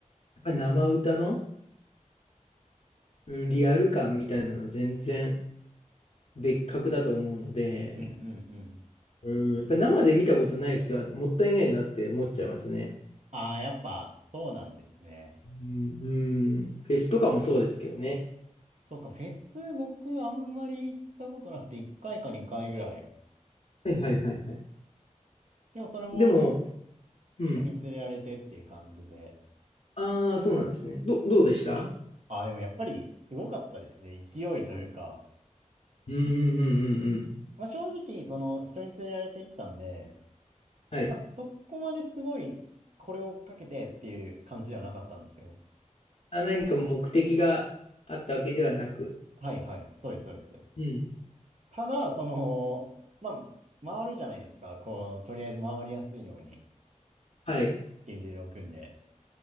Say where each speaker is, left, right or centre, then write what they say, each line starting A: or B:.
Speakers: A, on the left; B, on the right.
A: っぱり生歌の、うん、リアル感みたいなのは全然別格だと思うので、
B: うんうんうん
A: うん、やっぱり生で見たことない人はもったいないなって思っちゃいますね。
B: ああ、やっぱ、そうなんですね。
A: うん、うんフェスとかもそうですけどね。
B: そうか、フェス、僕、あんまり行ったことなくて、1回か2回ぐらい。
A: はいはいはいはい。
B: でも、それも、
A: でも、うん。
B: 人に連れられてっていう感じで。
A: ああ、そうなんですね。ど、どうでした
B: ああ、でも、やっぱり、すごかったですね。勢いというか。
A: うんうんうんうんうん。
B: まあ、正直、その、人に連れられて行ったんで、
A: はい。
B: まあ、そこまですごい、これを追っかけてっていう感じではなかったんですよ。
A: あ、何か目的があったわけではなく。
B: はい、はい。そうです、そうです。
A: うん。
B: ただ、その、まあ、回るじゃないですか。こう、とりあえず回りやすいように、ス
A: はい。
B: ケジュールを組んで。